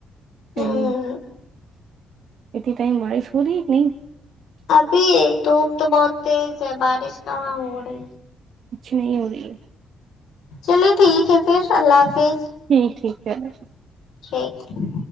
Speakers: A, on the right; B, on the left.
A: صحیح
B: ہوں
A: <inaudible>
B: ابھی دھوپ تو بہت تیز ہے بارش کہاں ہو رہی
A: کچھ نہیں ہو رہی ہے
B: چلے ٹھیک ہے پھر اللہ حافظ
A: ٹھیک ٹھیک چلو
B: ٹھیک ہے